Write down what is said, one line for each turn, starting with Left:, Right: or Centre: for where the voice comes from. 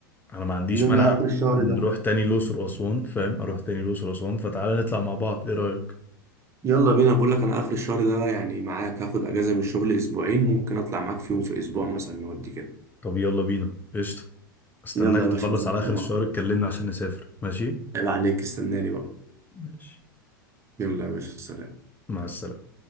Left: انا ما عنديش
Right: يلا
Left: مانع
Right: اخر الشهر
Left: نروح
Right: ده
Left: تاني الاقصر واسوان فاهم اروح تاني الاقصر واسوان فتعالى نطلع مع بعض ايه رايك
Right: يلا بينا بقول لك انا اخر الشهر ده يعني معاك هاخد اجازة من الشغل اسبوعين ممكن اطلع معاك فيهم في اسبوع مثلا نودي كده
Left: طب يلا بينا قشطه استناك
Right: يلا يا
Left: تخلص
Right: باشا عشان نظبطها
Left: على اخر
Right: مع
Left: الشهر
Right: بعض
Left: اتكلمنا عشان نسافر ماشي
Right: عيب عليك استناني بقى
Left: ماشي
Right: يلا يا باشا سلام
Left: مع السلامة